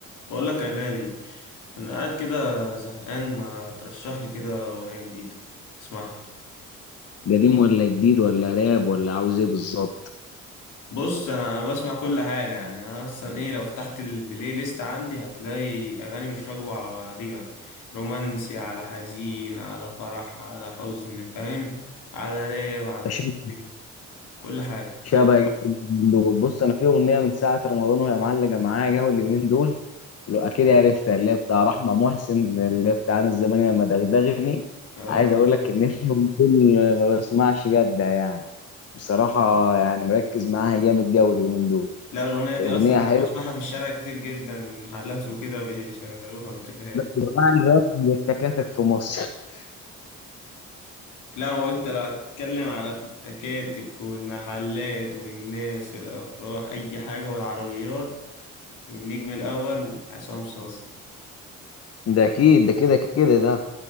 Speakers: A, on the left; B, on the left.
A: بقول لك يا غالي انا قاعد كده زهقان ما ترشح لي كده اغنيه جديده اسمعها
B: قديم ولا جديد ولا راب ولا عاوز ايه بالظبط
A: بص انا بسمع كل حاجه يعني انا مثلا ايه لو فتحت البلاي ليست عندي هتلاقي اغاني مش راكبه على بعضيها رومانسي على حزين على فرح على حزن فاهم على راب على
B: شبه
A: شعبي كل حاجه
B: شبه اليومين دول بص انا في اغنيه من ساعه رمضان وهي معلقه معايا جو اليومين دول لو اكيد عرفتها اللي هي بتاع رحمه محسن اللي هي بتاع انا الزمان لما دغدغني
A: اه
B: عايز اقول لك ان <laughs> اليومين دول ما بسمعش جد يعني بصراحه يعني مركز معاها جامد جو اليومين دول
A: لا الاغنيه دي
B: اغنيه
A: اصلا أنا
B: حلوه
A: بسمعها في الشارع كتير جدا محلات وكده بيشغلوها والكافيهات
B: جماعه الراب من التكاتك في مصر <laughs>
A: لا هو انت لو هتتكلم على التكاتك والمحلات والناس والافراح اي حاجه والعربيات النجم الاول عصام صاصا
B: ده اكيد ده كده كده ده